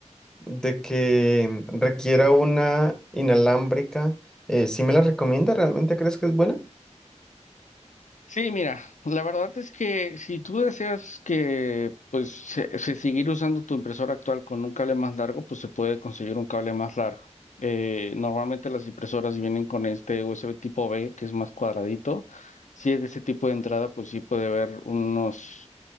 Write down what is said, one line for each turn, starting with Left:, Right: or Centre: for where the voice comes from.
Centre: de que requiera una inalámbrica, eh, ¿sí me la recomienda? ¿Realmente crees que es buena?
Left: Sí, mira, la verdad es que si tú deseas que pues se, se seguir usando tu impresora actual con un cable más largo, pues se puede conseguir un cable más largo. Eh, normalmente las impresoras vienen con este USB tipo B, que es más cuadradito. Si es de ese tipo de entrada, pues sí puede haber unos,